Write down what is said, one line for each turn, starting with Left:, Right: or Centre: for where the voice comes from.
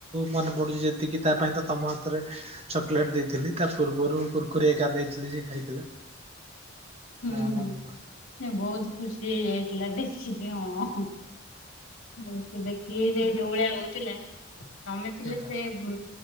Right: ମନେ ପଢଡ଼ୁଛି ଯେତିକି ତା ପାଇଁ ତ ତମ ହାତରେ ଚକୋଲେଟ ଦେଇଥିଲି ତା ପୂର୍ବରୁ କୁର୍କୁରେ ଏକା ଦେଇଥିଲି ସେ ଖାଇଥିଲା।
Left: ହୁଁ
Right: ହଁ ମନେ
Left: ହୁଁ
Right: ପଡୁ
Left: ସେ ବହୁତ ଖୁସି ହେଇ ଯାଇଥିଲା ଦ ହଁଉ ସେ ଦେଖିକି ଯ ଯୋଉ ଭଳିଆ ହଉଥିଲା। ତମେ ଥିଲେ ସେ
Right: ହଁ।
Left: ଉୁଁ